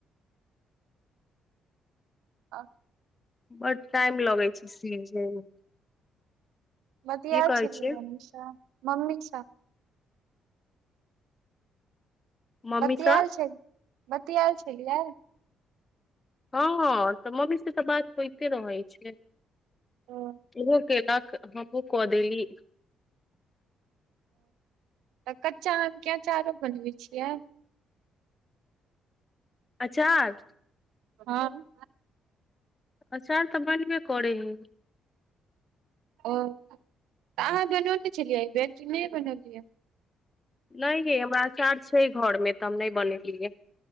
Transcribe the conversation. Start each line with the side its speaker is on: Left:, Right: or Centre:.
Right: आ
Left: बड्ड टाइम लगै छै सीेझे मे
Right: बतीयैत
Left: की कहै
Right: छलिये
Left: छियै
Right: मम्मी सँ मम्मी सँ
Left: मम्मी
Right: बतियाइ
Left: सँ
Right: छै बतियाय छलियै
Left: हँ तऽ मम्मी से तऽ बात होते रहै छै
Right: ओ
Left: उहो केलक हमहूँ क देली
Right: तऽ कच्चा आमके अँचारो बनबै छियै
Left: अचार
Right: हँ
Left: आचार त बनबे करे है
Right: ओ तऽ अहाँ बनैने छलियै अहिबेर कि नहि बनलियै
Left: नई ये हमरा आचार छै घर मे तऽ हम नहि बनेलियै